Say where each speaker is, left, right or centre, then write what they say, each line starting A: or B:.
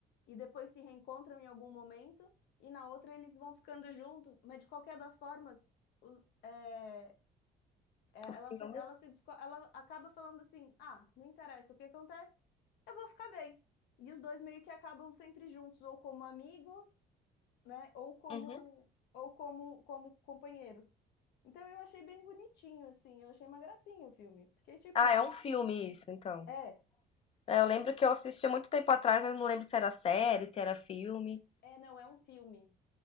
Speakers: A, on the left; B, on the left.
A: e depois se reencontram em algum momento, e na outra eles vão ficando juntos, mas de qualquer das formas, os- é, é,
B: O
A: ela
B: filme?
A: se, ela se, disco- ela acaba falando assim: ah, não interessa o que acontece, eu vou ficar bem. E os dois meio que acabam sempre juntos, ou como amigos, né, ou como,
B: Uhum.
A: ou como, como companheiros. Então eu achei bem bonitinho, assim, eu achei uma gracinha o filme, porque tipo,
B: Ah, é um filme isso, então.
A: é,
B: É, eu lembro que eu assisti há muito tempo atrás, mas não lembro se era série, se era filme.
A: é, não, é um filme.